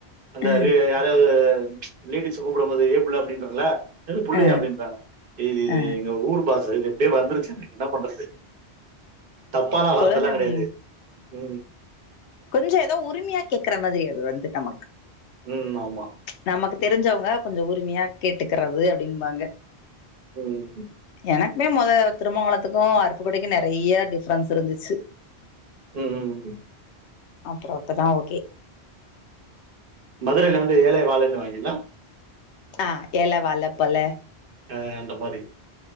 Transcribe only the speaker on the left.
அ,
அ,
அ.
கொழுந்தன்
கொஞ்சோ எதோ உரிமையா கேக்குற மாரி அது வந்து நமக்கு
நமக்கு தெரிஞ்சவுங்க கொஞ்சோ உரிமையா கேட்டுக்கிறது அப்டின்பாங்க
எனக்குமே மொத திருமங்கலத்துக்கு அருப்புக்கோட்டைக்கு நெறைய டிஃப்ரன்ஸ் இருந்துச்சு
அப்பரோ இப்பதா ஓகே
ஆ ஏள்ள வாள்ள போல